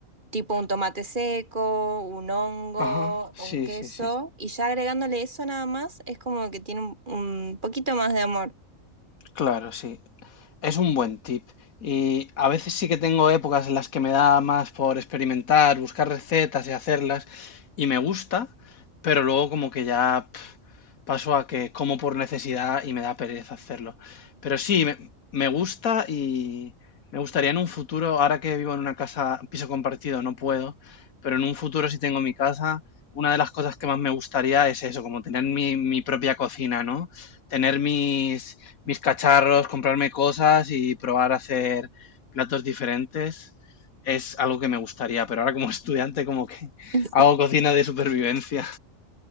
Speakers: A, on the right (about 35°); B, on the left (about 85°).
A: tipo un tomate seco, un hongo,
B: Ajá, sí,
A: un queso,
B: sí, sí.
A: y ya agregándole eso nada más, es como que tiene un, un poquito más de amor.
B: Claro, sí. Es un buen tip. Y a veces sí que tengo épocas en las que me da más por experimentar, buscar recetas y hacerlas, y me gusta, pero luego como que ya Paso a que como por necesidad y me da pereza hacerlo. Pero sí, me, me gusta y me gustaría en un futuro, ahora que vivo en una casa, piso compartido, no puedo, pero en un futuro si tengo mi casa, una de las cosas que más me gustaría es eso, como tener mi, mi propia cocina, ¿no? Tener mis, mis cacharros, comprarme cosas y probar a hacer platos diferentes. Es algo que me gustaría, pero ahora como <laughs> estudiante como que <laughs>
A: <laughs>
B: hago cocina de supervivencia.